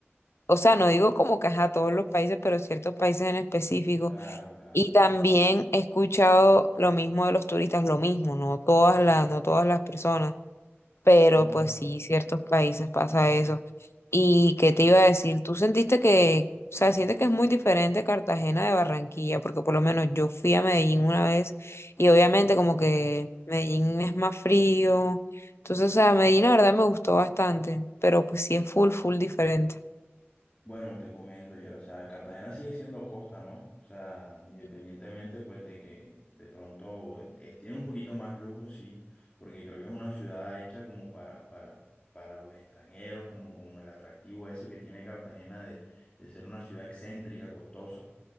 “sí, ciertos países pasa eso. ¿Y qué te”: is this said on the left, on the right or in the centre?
Left